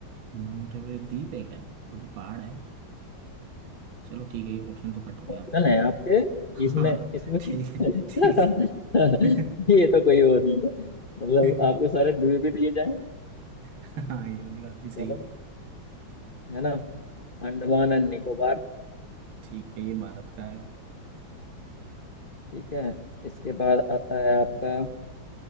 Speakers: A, on the right; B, on the left.
A: माउंट एवरेस्ट द्वीप है क्या वो तो पहाड़ है चलो ठीक है ये ऑप्शन तो कट हो गया
B: ऑप्शन
A: आपका
B: है आपके
A: हाँ
B: इसमें इसमें
A: ठीक
B: क्या
A: है
B: <laughs>
A: ठीक है
B: ये तो कोई और नहीं है मतलब
A: <laughs>
B: आपको सारे द्वीप ही दिए जाएं
A: हाँ ये वाली बात भी सही
B: चलो
A: है
B: है ना अंडमान एंड निकोबार
A: ठीक है ये भारत का है
B: ठीक है इसके बाद आता है आपका